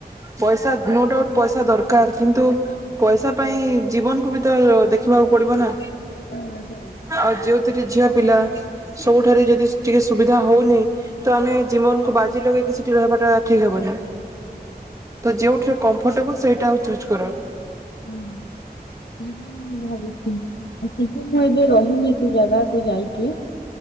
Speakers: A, on the right; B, on the left.
A: ପଇସା ନୋଡାଉଟ ପଇସା ଦରକାର କିନ୍ତୁ ପଇସା ପାଇଁ ଜୀବନକୁୁ ବି ତ ଦେଖିବାକୁ ପଡିବ ନା।
B: ହୁଁ ହୁଁ।
A: ଆଉ ଯୋଉଥିରେ ଝିଅ ପିଲା ସବୁଠାରେ ଯଦି ଟିକେ ସୁବିଧା ହଉନି ତ ଆମେ ଜୀବନକୁ ବାଜି ଲଗେଇକି ସେଠି ରହିବାଟା ଠିକ୍ ହେବ ନା ତ ଯୋଉଠିରେ କମ୍ଫର୍ଟେବୁଲ ସେଇଟା ହଉଛି କର
B: ହୁଁ ସେଇପାଇ ମୁଁ ଭାବୁଛି ଆଉ ସେଠି ମୁଁ ଏବେ ରହିଲି ସେ ଜାଗା ଯାଇକି